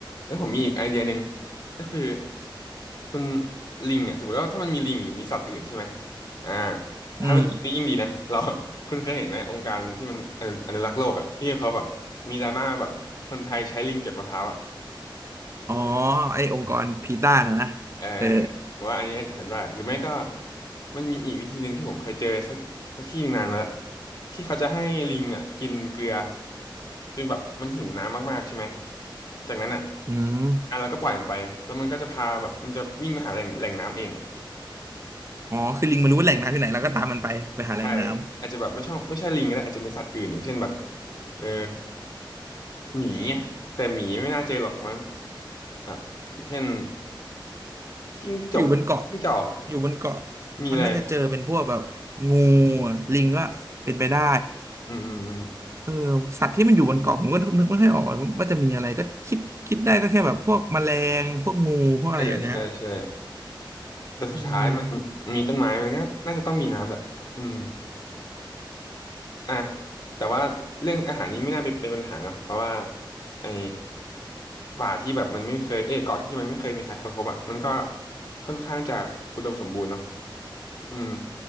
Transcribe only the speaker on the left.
แล้วผมมีอีกไอเดียหนึ่งก็คือ คุณลิงอ่ะสมมติว่าถ้ามันมีลิงหรือมีสัตว์อื่นใช่ไหมอ่าถ้าเป็นลิงนี่ยิ่งดีนะเรา
<laughs> คุณเคยเห็นไหมองค์การที่มันอนุอนุรักษ์โลกอ่ะที่เขาแบบมีดราม่าแบบคนไทยใช้ลิงเก็บมะพร้าวอ่ะ
เออว่าอันนี้อาจจะทำได้หรือไม่ก็มันมีอีกวิธีหนึ่งที่ผมเคยเจอสักสักที่หนึ่งนานมาแล้วที่เขาจะให้ลิงอ่ะกินเกลือจนแบบมันหิวน้ำมากๆใช่ไหมจากนั้นอ่ะ
อ่ะเราก็ปล่อยมันไปแล้วมันก็จะพาแบบมันจะวิ่งไปหาแหล่งแหล่งน้ำเองอ่ะ
ใช่อาจจะแบบไม่ชอบไม่ใช่ลิงก็ได้อาจจะเป็นสัตว์อื่นอย่างเช่นแบบเออหมีอะแต่หมีไม่น่าเจอหรอกมั้งครับอย่างเช่นจิ้งจกจิ้งจอก
มีอะไร
อืมอืมอืม
เออใช่ใช่แต่สุดท้ายมันมีต้นไม้มันก็น่าจะต้องมีน้ำแหละอืม
อ่ะแต่ว่าเรื่องอาหารนี้ไม่น่าเป็นเป็นปัญหาเนาะเพราะว่าไอ้ป่าที่แบบมันไม่เคยเอ้ยเกาะที่มันไม่เคยมีใครค้นพบอ่ะมันก็ค่อนข้างจะอุดมสมบูรณ์เนาะอืม